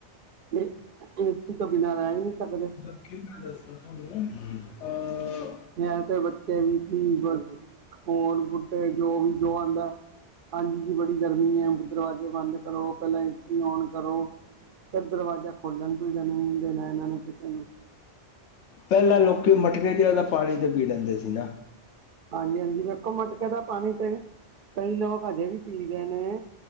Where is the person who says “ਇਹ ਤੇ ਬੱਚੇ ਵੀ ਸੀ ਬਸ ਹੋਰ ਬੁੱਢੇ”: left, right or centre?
Right